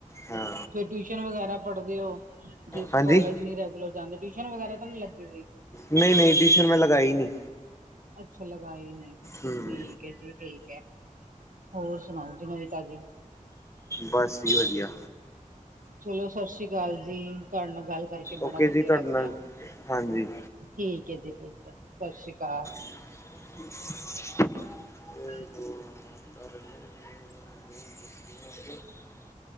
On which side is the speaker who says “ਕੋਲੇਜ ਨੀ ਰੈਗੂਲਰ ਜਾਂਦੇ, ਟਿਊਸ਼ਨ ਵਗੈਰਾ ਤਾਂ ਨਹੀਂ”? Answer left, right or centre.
Right